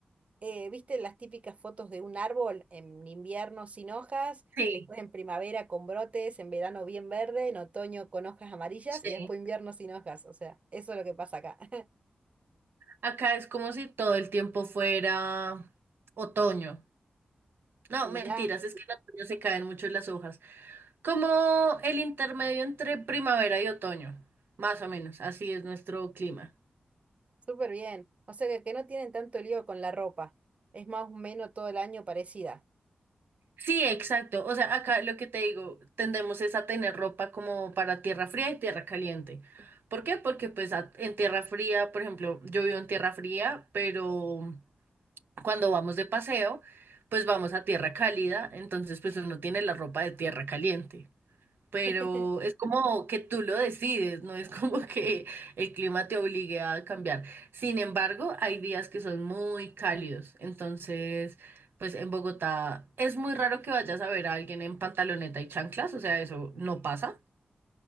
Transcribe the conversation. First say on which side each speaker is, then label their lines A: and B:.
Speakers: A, on the right; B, on the right.
A: eh, ¿viste las típicas fotos de un árbol en invierno sin hojas,
B: Sí,
A: después en primavera con brotes, en verano bien verde, en otoño con hojas amarillas
B: sí.
A: y después invierno sin hojas? O sea, eso es lo que pasa acá. <laughs>
B: Acá es como si todo el tiempo fuera otoño. No,
A: Mirá,
B: mentiras, es que en otoño se caen mucho las hojas. Como el intermedio entre primavera y otoño, más o menos, así es nuestro clima.
A: súper bien. O sea que, que no tienen tanto lío con la ropa. Es más o menos todo el año parecida.
B: Sí, exacto. O sea, acá lo que te digo, tendemos es a tener ropa como para tierra fría y tierra caliente. ¿Por qué? Porque pues a- en tierra fría, por ejemplo, yo vivo en tierra fría, pero cuando vamos de paseo, pues vamos a tierra cálida, entonces pues uno tiene la ropa de tierra caliente. pero
A: <laughs>
B: es como que tú lo decides, no es como <laughs> que el clima te obligue a cambiar. Sin embargo, hay días que son muy cálidos, entonces, pues en Bogotá es muy raro que vayas a ver a alguien en pantaloneta y chanclas, o sea, eso no pasa,